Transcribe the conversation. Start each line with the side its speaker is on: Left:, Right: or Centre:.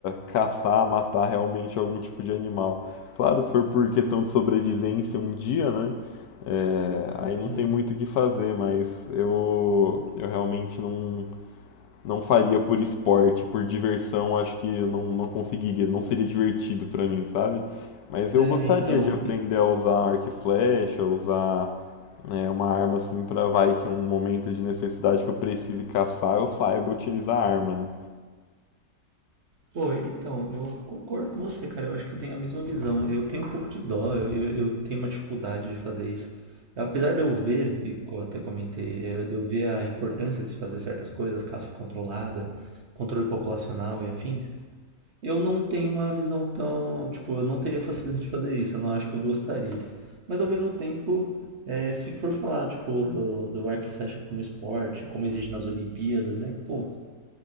Left: caçar, matar realmente algum tipo de animal. Claro, se for por questão de sobrevivência um dia, né? É, aí não
Right: É,
Left: tem muito o que fazer, mas eu, eu realmente não, não faria por esporte, por diversão, acho que eu não, não conseguiria, não seria divertido pra mim, sabe? Mas
Right: É,
Left: eu gostaria
Right: então.
Left: de aprender a usar arco e flecha, usar né, uma arma assim pra vai que um momento de necessidade que eu precise caçar, eu saiba utilizar a arma, né?
Right: Pô, então, eu concordo com você, cara. Eu acho que eu tenho a mesma visão. Eu tenho um pouco de dó, eu, eu- eu tenho uma dificuldade de fazer isso. Apesar de eu ver, e co- até comentei, eh, de eu ver a importância de se fazer certas coisas, caça controlada, controle populacional e afins, eu não tenho uma visão tão. Tipo, eu não teria facilidade de fazer isso, eu não acho que eu gostaria. Mas ao mesmo tempo, eh, se for falar, tipo, do, do arco e flecha como esporte, como existe nas Olimpíadas, né? Pô.